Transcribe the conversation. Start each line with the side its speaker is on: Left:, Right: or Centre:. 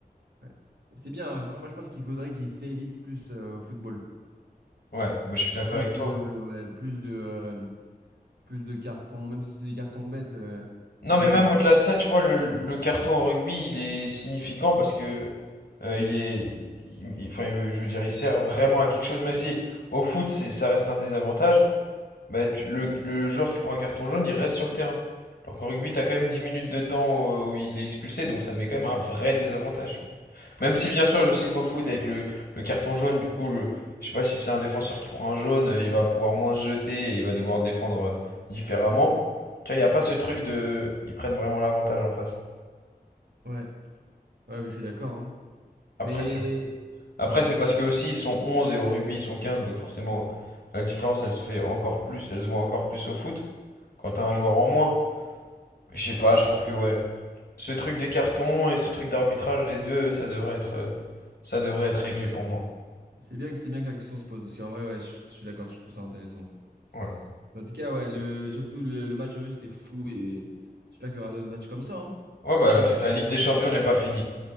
Right: Ouais. C'est bien, hein. moi je pense qu'il faudrait qu'ils sévissent plus euh, au football.
Left: Ouais, moi je suis d'accord
Right: Plus
Left: avec
Right: de,
Left: toi.
Right: ouais, plus de, euh, plus de cartons, même si c'est des cartons bêtes, euh,
Left: Non,
Right: au moins
Left: mais
Right: ça
Left: même
Right: va.
Left: au-delà de ça, tu vois, le, le carton au rugby, il est significant parce que euh, il est, il- il- enfin, il veut- je veux dire, il sert vraiment à quelque chose, même si au foot, c'est, ça reste un désavantage. Bah, tu- le, le joueur qui prend un carton jaune, il reste sur le terrain. Alors qu'en rugby, t'as quand même 10 minutes de temps euh, où il est expulsé, donc ça met quand même un vrai désavantage. tu vois. Même si, bien sûr, je sais qu'au foot, avec le, le carton jaune, du coup, le, je sais pas si c'est un défenseur qui prend un jaune, euh, il va pouvoir moins se jeter et il va devoir défendre euh, différemment. Tu vois, il n'y a pas ce truc de. Ils prennent vraiment l'avantage en face.
Right: Ouais, ouais, je suis d'accord. hein.
Left: Après,
Right: Mais
Left: c'est après,
Right: ouais,
Left: c'est parce que aussi ils sont 11 et au rugby, ils sont 15 donc forcément, la différence, elle se fait encore plus, elle se voit encore plus au foot quand t'as un joueur en moins. Je sais pas, je trouve que ouais. Ce truc des cartons et ce truc d'arbitrage, les deux, ça devrait être, euh, ça devrait être réglé pour moi.
Right: c'est bien que c'est bien que la question se pose parce qu'en vrai, ouais, je, je suis d'accord, je trouve ça intéressant.
Left: Ouais.
Right: En tout cas, ouais, le, surtout le, le match aujourd'hui, c'était fou et j'espère qu'il y aura d'autres matchs comme ça. hein.
Left: Ouais, bah
Right: Écoute,
Left: la, la Ligue des Champions n'est pas finie.